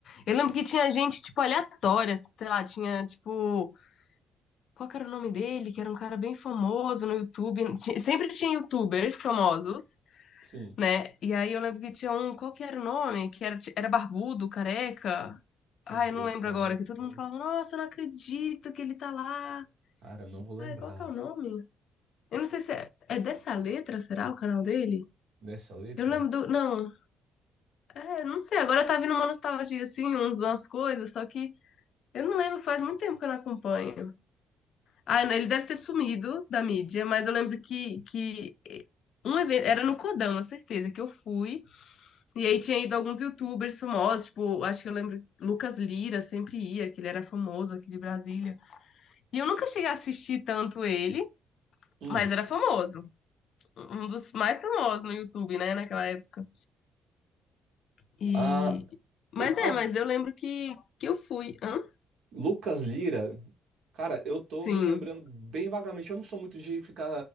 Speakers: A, on the left; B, on the right.
A: Eu lembro que tinha gente, tipo, aleatória, sei lá, tinha, tipo. Qual que era o nome dele? Que era um cara bem famoso no YouTube. Ti- Sempre tinha YouTubers famosos.
B: Sim,
A: né? E aí eu lembro que tinha um, qual que era o nome? Que era, era barbudo, careca.
B: Barbudo
A: Ai, eu não lembro
B: Careca.
A: agora, que todo
B: não-
A: mundo falava, nossa, eu não acredito que ele tá lá.
B: Cara, eu não vou lembrar
A: Ai, qual que é o nome? Eu não sei se é, é dessa letra, será o canal dele?
B: dessa letra.
A: Eu lembro do. Não, é, não sei, agora tá vindo uma nostalgia, assim, uns, umas coisas, só que eu não lembro, faz muito tempo que eu não acompanho. Ah, não, ele deve ter sumido da mídia, mas eu lembro que, que um evento, era no Codão, a certeza, que eu fui. E aí tinha ido alguns youtubers famosos, tipo, acho que eu lembro, Lucas Lira sempre ia, que ele era famoso aqui de Brasília. E eu nunca cheguei a assistir tanto ele,
B: Hum.
A: mas era famoso. Um dos mais famosos no YouTube, né, naquela época. E...
B: Ah,
A: Mas
B: e tal-
A: é, mas eu lembro que, que eu fui. Hã?
B: Lucas Lira. Cara, eu tô
A: Sim.
B: me lembrando bem vagamente. Eu não sou muito de ficar